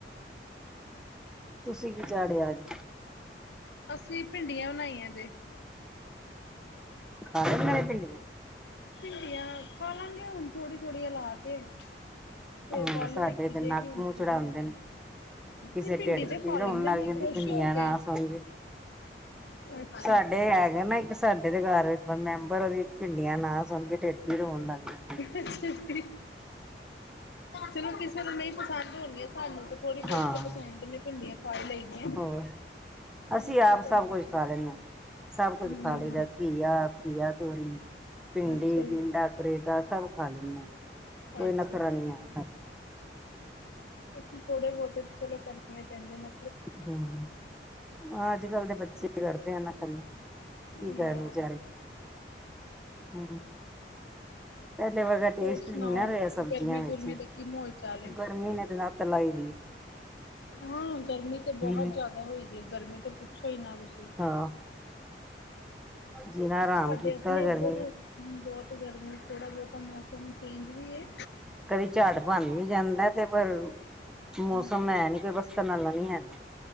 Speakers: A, in the centre; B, on the left.
A: ਤੁਸੀਂ ਕੀ ਚਾੜਿਆ ਅੱਜ?
B: ਅਸੀਂ ਭਿੰਡੀਆਂ ਬਣਾਈਆਂ ਜੇ।
A: ਖਾ ਲੈਂਦੇ ਨੇ ਭਿੰਡੀਆ?
B: ਭਿੰਡੀਆਂ ਖਾ ਲਾ ਗੇ, ਹੋਣ ਥੋੜ੍ਹੀ-ਥੋੜ੍ਹੀ ਲਾ ਕੇ। ਫੇਰ
A: ਹਾਂ
B: ਕੱਲ
A: ਸਾਡੇ
B: ਵੇਖੀ
A: ਤੇ
B: ਜੇਗੀ
A: ਨੱਕ
B: ਹੁਣ
A: ਮੂੰਹ
B: ਕੀ
A: ਚੜਾਉਂਦੇ
B: ਬਣਾਣੈ।
A: ਨੇ ਕਿਸੇ
B: ਨੀ
A: ਢਿੱਡ
B: ਭਿੰਡੀ ਤੇ
A: ਚ ਪੀੜ
B: ਖਾ ਲੈਂਦੇ
A: ਹੋਣ ਲੱਗ
B: ਨੇ
A: ਜਾਂਦੀ
B: ਖੁਸ਼
A: ਭਿੰਡੀਆਂ
B: ਹੋ ਕੇ।
A: ਨਾ ਸੁਣ ਕੇ
B: ਅੱਛਾ।
A: ਸਾਡੇ ਹੈਗਾ ਨਾ ਇੱਕ ਸਾਡੇ ਦੇ ਘਰ ਮੈਂਬਰ ਉਹਦੀ ਭਿੰਡੀਆਂ ਨਾ ਸੁਣ ਕੇ ਢਿੱਡ ਪੀੜ ਹੋਣ ਲੱਗ ਜਾਂਦੀ‌।
B: ਅੱਛਾ ਜੀ। ਚਲੋ ਕਿਸੇ ਨੂੰ ਨਹੀਂ ਪਸੰਦ ਹੋਣ ਗੀਆ ਸਾਨੂੰ ਥੋੜੀ ਬੌਤੀ
A: ਹਾਂ
B: ਤੇ ਸੈਡ ਲਈ ਭਿੰਡੀਆਂ ਖਾ ਈ ਲਈ ਦੀਆਂ।
A: ਹੋਰ
B: ਹੋਰ
A: ਅਸੀਂ ਆਪ
B: ਕੀ ਕਰਨਾ
A: ਸਭ ਕੁੱਛ
B: ਫੇਰ
A: ਖਾ ਲੈਣੇ ਆਂ ਸਭ ਕੁੱਛ
B: ਹੂੰ
A: ਖਾ ਲਈ ਦਾ। ਘੀਆ, ਘੀਆ-ਤੋਰੀ, ਭਿੰਡੀ,
B: ਅੱਛਾ ਜੀ
A: ਟੀੰਡਾ, ਕਰੇਲਾ ਸਭ ਖਾ ਲੈਂਦਾ ਆਂ। ਕੋਈ
B: ਅੱਛਾ
A: ਨਾ ਕਰਾਨੀ
B: ਅੱਛਾ।
A: ਹਾਂ।
B: ਅਸੀਂ ਥੋੜੇ ਬੌਤੇ ਚਲੋ ਕਰਣੇ ਪੈਂਦੇ ਨਾ।
A: ਹੂੰ, ਅੱਜ-ਕੱਲ ਦੇ ਬੱਚੇ ਕਰਦੇ ਐ ਨਖਰੇ। ਕੀ ਕਹਿਣ
B: ਹਾਂ
A: ਵਿਚਾਰੇ, ਹੂੰ। ਪੈਲੇ ਵਰਗਾ ਟੇਸਟ
B: ਹੋਰ ਸੁਣਾਓ
A: ਵੀ ਨੀ ਨਾ ਰਿਆ ਸਬਜ਼ੀਆਂ
B: ਗਰਮੀ ਗੁਰਮੀ
A: ਵਿੱਚ
B: ਦਾ ਕੀ ਮਾਹੌਲ ਚਾਲ ਏ।
A: ਗਰਮੀ ਨੇ ਤੇ ਲੱਤ ਲਾਈ ਦੀ ਏ।
B: ਹਾਂ, ਗਰਮੀ ਤੇ ਬਹੋਤ
A: ਨੇ।
B: ਜਿਆਦਾ ਹੋਈ ਦੀ ਏ, ਗਰਮੀ ਤੇ ਪੁੱਛੋ ਈ ਨਾ ਤੁਸੀਂ।
A: ਹਾਂ। ਜੀਣਾ ਹਰਾਮ
B: ਸਾਡੇ
A: ਕੀਤਾ
B: ਆਪਣੇ
A: ਗਰਮੀ
B: ਏਧਰ
A: ਨੇ
B: ਬੋਤ ਗਰਮੀ ਏ ਥੋੜਾ ਬੌਤਾ ਮੌਸਮ ਚੇਂਜ ਵੀ ਏ।
A: ਕਈ ਝਾੜ ਬਨ ਵੀ ਜਾਂਦਾ ਤੇ ਪਰ ਮੌਸਮ
B: ਹਮ
A: ਹੈ ਨੀ ਕੇ ਵਸਣ ਵਾਲਾ ਨੀ ਹੈਗਾ।